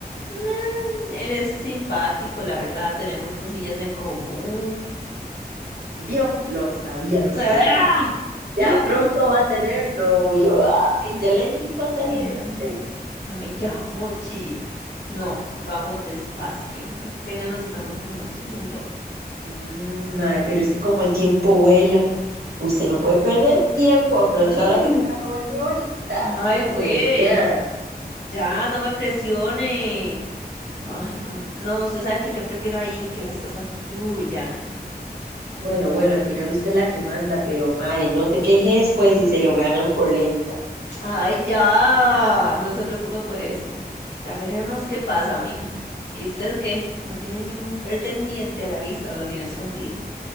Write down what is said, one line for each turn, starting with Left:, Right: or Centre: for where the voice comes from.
Left: Mm, Él es simpático, la verdad, tenemos cosillas en común.
Right: Vio, lo sabía, lo
Left: ¡Ah!
Right: sabría. Ya
Left: <gasps>
Right: pronto va a tener novio. Y ya la invito a salir,
Left: Ay,
Right: ¿era usted?
Left: ay, ya, Mochi. No, vamos despacio. Apenas nos estamos conociendo.
Right: Mm, mae, pero es que como el tiempo vuela, usted no puede perder tiempo. Aprovecha
Left: Mm,
Right: ahora que está joven y bonita.
Left: Ay,
Right: Ña,
Left: güey.
Right: Ña, Ña.
Left: Ya, no me presione. Ay, no. No, usted sabe que yo prefiero ahí que las cosas fluyan.
Right: Bueno, bueno, al final usted es la que manda, pero mae, no te quejes pues si se lo ganan por lenta.
Left: Ay, ya. No se preocupe por eso. Ya veremos qué pasa, mija. ¿Y usted qué? ¿No tiene ningún pretendiente a la vista o lo tiene escondido?